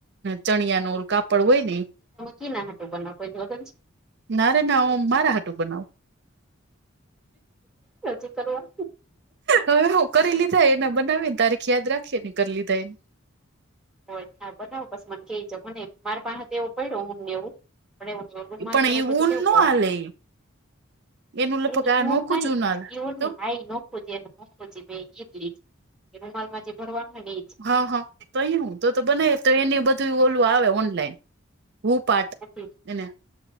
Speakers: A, on the right; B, in the centre.
A: ચણિયા ઉલકા પડવોયની.
B: કેના હાટું બનાવું હે કોઈક લગન છે?
A: નારે ના મારા હાટું બનાવ
B: હજી કરવા
A: હવે હું કરી લીધા એને બનાવીન તારીખ યાદ રાખીએ કરી લીધા એન
B: હો હાર બનાવ પસી મને કઈ જાવ મનેય મારે પાહે તો એવો પડ્યો હુંમને એવું. આપડે જો રૂમાલને
A: પણ
B: એવું
A: એ
B: બધું
A: ઊન
B: લેવું
A: ન
B: પડે.
A: હાલે એનું લગભગ
B: એ
A: આ
B: એવું
A: નોખું
B: નહીં
A: જ ઊન હાલે
B: એવું નહીં.
A: તો
B: હા એ નખો છે મોખુ છે ઈ જ રૂમાલમાં જે ભરવાનું હોયને ઈજ.
A: હ હ તો એય હું તો તો બનાવી તો એને બધુંય ઓલું આવે ઓનલાઈન. હૂપાટ
B: મેં
A: એને